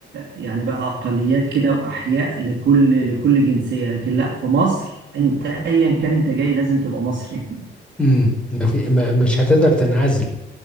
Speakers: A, on the right; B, in the centre.
A: يعني بقى أقليات كده وأحياء لكل لكل جنسية لكن لا في مصر أنت أيا كان أنت جاي لازم تبقى مصري <laughs>
B: امم ما في ما مش هتقدر تنعزل